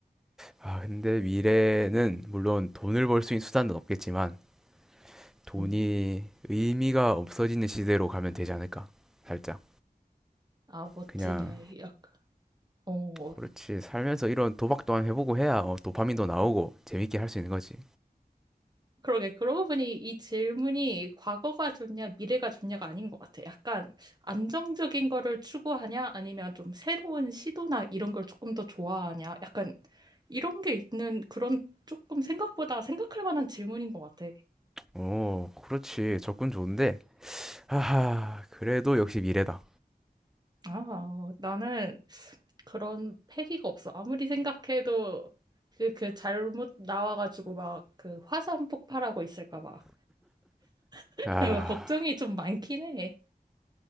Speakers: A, in the centre; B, on the right.
A: 아, 근데 미래는 물론 돈을 벌 수 있는 수단은 없겠지만 돈이
B: 음.
A: 의미가 없어지는 시대로 가면 되지 않을까? 살짝.
B: 아, 멋지네.
A: 그냥
B: 약간, 어,
A: 그렇지. 살면서 이런 도박 또한 해보고 해야 어, 도파민도 나오고 재밌게 할 수 있는 거지.
B: 그러게. 그러고 보니 이 질문이 과거가 좋냐, 미래가 좋냐가 아닌 것 같아. 약간 안정적인 거를 추구하냐, 아니면 좀 새로운 시도나 이런 걸 조금 더 좋아하냐. 약간 이런 게 있는 그런 조금 생각보다 생각할 만한 질문인 것 같아.
A: 오, 그렇지. 접근 좋은데. 하하, 그래도 역시 미래다.
B: 아, 나는 그런 패기가 없어. 아무리 생각해도 그, 그 잘못 나와가지고 막 그 화산 폭발하고 있을까 봐. <laughs>
A: 아,
B: 걱정이 좀 많긴 해.